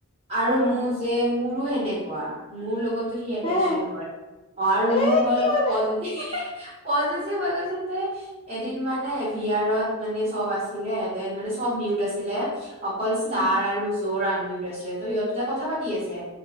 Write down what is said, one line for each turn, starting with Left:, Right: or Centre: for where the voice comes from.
Right: আৰু
Left: অ',
Right: মোৰ যে মোৰো সেনেকুৱা, মোৰ লগত সি এটেচ্
Left: হে
Right: ফিল কৰে অহ, আৰু
Left: এ
Right: মোৰ হ'ল
Left: কি
Right: অলপ
Left: মানে
Right: পজিটিভ পজেচিভ হয় গৈছেতে এদিন মানে ভি আৰত মানে চব আছিলে, দেন মানে চব মিউট আছিলে অকল ষ্টাৰ
Left: উম,
Right: আৰু জৰ আমিউট আছিলে, ত' সিহঁত দুটা কথা পাতি আছে।